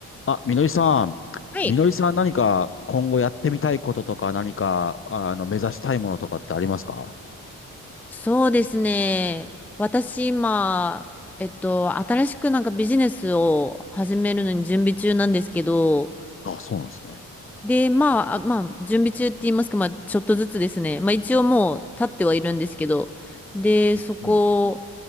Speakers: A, on the left; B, in the centre.
A: あ、みのりさん。
B: はい。
A: みのりさん何か今後やってみたいこととか何か、あの、目指したいものとかってありますか
B: そうですね。私今、えっと、新しくなんかビジネスを始めるのに準備中なんですけど、
A: あ、そうなんですね。
B: で、まあ、あまあ、準備中って言いますか、まあ、ちょっとずつですね。まあ、一応もう立ってはいるんですけど、で、
A: うん、
B: そこ、